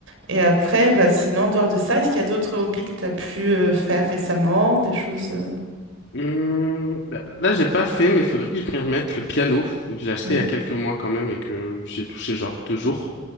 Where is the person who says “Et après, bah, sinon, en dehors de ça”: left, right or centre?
Right